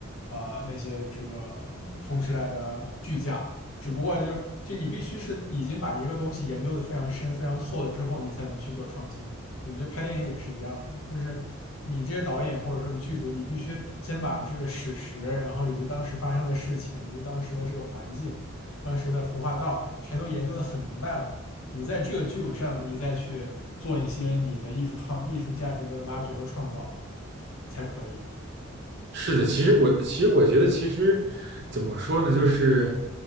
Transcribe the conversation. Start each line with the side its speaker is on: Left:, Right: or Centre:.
Left: 呃那些这个同时代的巨匠，只不过就是就你必须是已经把一个东西研究的非常深非常透了之后，你才能去做创新。我觉得拍电影也是一样的，就是你这些导演或者说你剧组，你必须先把这个史实，然后以及当时发生的事情，以及当时的这个环境、当时的服化道，全都研究的很明白了。你在这个基础上，你再去做一些你的艺术创、艺术价值的挖掘和创造才可以。
Right: 是的。其实我其实我觉得，其实怎么说呢，就是